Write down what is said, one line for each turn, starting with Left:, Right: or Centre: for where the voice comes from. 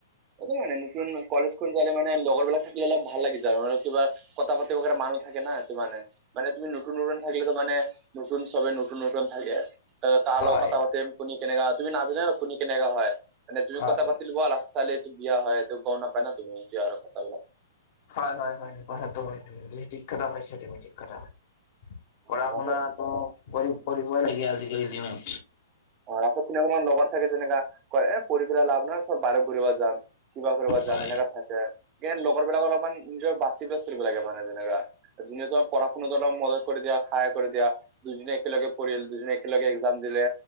Right: ইটো মানে নতুন কলেজ খন গলে মানে লগৰবিলাক থাকিলে ভাল লাগি যায় আৰু কিবা কথা পাতিব কাৰণে মানুহ থাকে না সেইটো মানে মানে তুমি নতুন নতুন থাকিলেতো মানে নতুন চবে নতুন নতুন থাকে কাৰ
Left: হয়
Right: কথা পাতিম কোনি কেনেকা হয় তুমি নাজানাই কোনে কেনেকা হয় মানে তুমি
Left: হয়।
Right: কথা পাতিলোৱা লাষ্টত চালেটো বিয়া হয়েটো গম নাপায় ন তুমি এতিয়া আৰু কথাবিলাক
Left: হয় হয় হয় কথাটো হয় তুমি দেই ঠিক কথা কৈছা তুমি ঠিক কথা কৈছা
Right: কথাবিলাক।
Left: পঢ়া শুনাত অ পঢ়ি পঢ়িবই লাগে আজিকালি দিনত
Right: অ লাষ্টত কোনো কোনো লগৰ থাকে যেনেকা কয় পঢ়ি কেনে লাভ নাই চৰ বাহিৰত ঘূৰিব যাম কিবা কৰিব যাম
Left: হয়
Right: এনেকা থাকে এ লগৰ বিলাকৰ অলপমান নিজৰ বাচি বাচি থাকিব লাগে মানে যেনেকা যিজন পঢ়া শুনাত অলপ মদত কৰি দিয়া সহায় কৰি দিয়া দুজনী একেলগে পঢ়িল দুজনী একেলগে এক্সাম দিলে